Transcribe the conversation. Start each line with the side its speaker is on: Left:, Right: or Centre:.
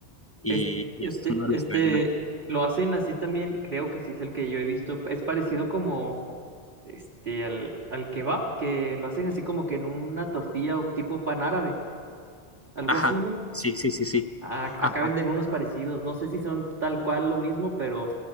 Left: Y,
Right: Es- Este,
Left: y es uno de
Right: este,
Left: los que venden aquí.
Right: lo hacen así también, creo que sí es el que yo he visto. Es parecido como este al, al kebab, que lo hacen así como que en una tortilla o tipo pan árabe, algo
Left: Ajá,
Right: así, ¿no?
Left: sí, sí, sí, sí.
Right: Ah, acá
Left: Ajá,
Right: venden unos parecidos, no sé si son tal cual lo mismo, pero